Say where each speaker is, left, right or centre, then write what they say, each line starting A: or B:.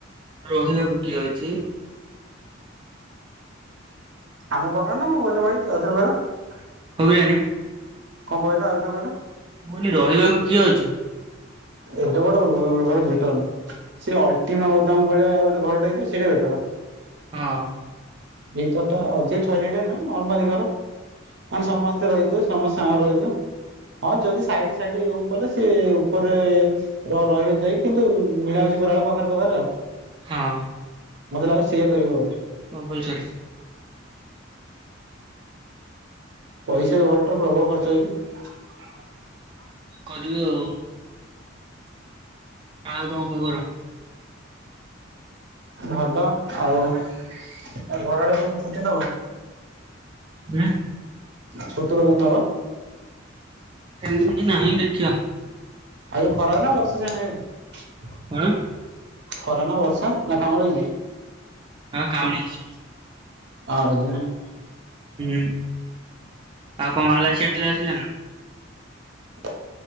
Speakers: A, on the right; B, on the right.
A: ରହିବାକୁ କିଏ ଅଛି।
B: ଆମ ପାଖରେ ନ ଗଲେ ଭାଇ ଆଉଥରେ କହିଲା
A: ବିରିୟାନୀ
B: କଣ କହିଲା ଆଉଥରେ କହିଲା
A: ମୁଁ କହିଲି ରହିବାକୁ କିଏ ଅଛି।
B: ଏଟା ଗୋଟ ବେଟର ନା ସେ ଅଲଟିମା ଗୋଦାମ ଭଳିଆ ଗୋଟେ ଘରଟା ହେଇ ସେଇଟା ବେଟର।
A: ହଁ
B: ଭିତର ତ ଅଧିକ ଇିଲଟେ ନଲମାରୀ ଘର ମେ ସମସ୍ତେ ରହିଥିବେ ସମସ୍ତେ ସାଙ୍ଗ ରହିଥିବ। ହଁ ଯଦି ସାଇଡ ସାଇ ଋମ୍। କଲେ ସିଏ ଉପରେ ରହିବ ଯାଇଏ କିନ୍ତୁ ମିଳାମଷ କରଳୁ ପାଖରେ ପାଖରେ
A: ହଁ
B: ମତେ ଲାଗୁ ସିଏ କରିବେ
A: କମ୍ପଲସରି।
B: ପଇସା ଘର ପ୍ରବଳ ଖର୍ଚ ହେଛିକି
A: କରିବେ ଆଉ। ଆଉ କଣ ଖବର
B: ଭଲ ଆଉ ଘରଆଡେ କଉଠୁ ଛୁଟି ନବ?
A: ହଁ।
B: ଛୁଟି କଣ ନବା?
A: କ ନାଁ ଦେଖିବା
B: ଆଉ ଯଉ ଖରା ନା ବର୍ଷ ସେଣିଯାଉଛି
A: ହଣ
B: ଖରା ନାବର୍ଷା ନା କାଉଳିଛି?
A: ହଁ କାଉଁଳିଚି
B: ଆ ରଜ
A: ହୁଁ। ହଉ କଣ ମଲା ଆସିବାର ଥିଲା ଆସିଲ ନା
B: କଣ